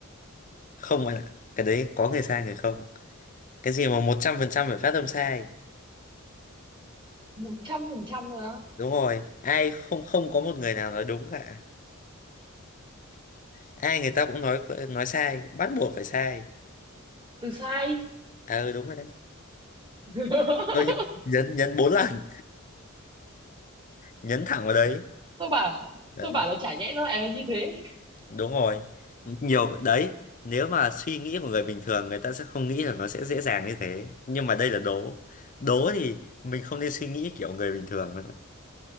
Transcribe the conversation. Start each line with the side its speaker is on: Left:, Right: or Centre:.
Left: Không bạn ạ. Cái đấy có người sai người không. Cái gì mà 100% phải phát âm sai.
Right: một trăm phần trăm rồi á
Left: Đúng rồi. Ai không không có một người nào nói đúng cả. Ai người ta cũng nói nói sai, bắt buộc phải sai.
Right: từ sai
Left: À ừ, đúng rồi đấy.
Right: <laughs>
Left: Tôi <laughs> nhấn nhấn bốn lần, nhấn thẳng vào đấy.
Right: tôi bảo
Left: Đấy.
Right: tôi bảo là chả nhẽ nó lại là như thế
Left: đúng rồi nhiều đấy nếu mà suy nghĩ của người bình thường người ta sẽ không nghĩ là nó sẽ dễ dàng như thế nhưng mà đây là đố đố thì mình không nên suy nghĩ kiểu người bình thường nữa